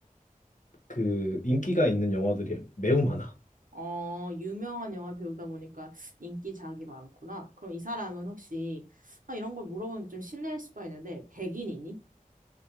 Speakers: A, on the left; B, on the right.
A: 그 인기가 있는 영화들이 매우 많아.
B: 어, 유명한 영화 배우다 보니까 인기작이 많구나. 그럼 이 사람은 혹시, 아, 이런 걸 물어보면 좀 실례일 수가 있는데, 백인이니?